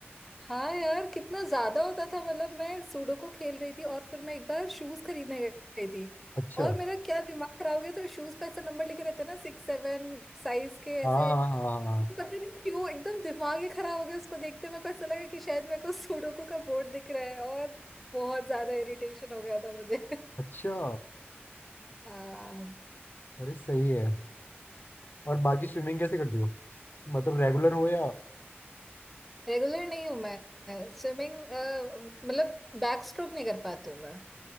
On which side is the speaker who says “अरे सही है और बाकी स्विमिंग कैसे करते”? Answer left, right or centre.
Left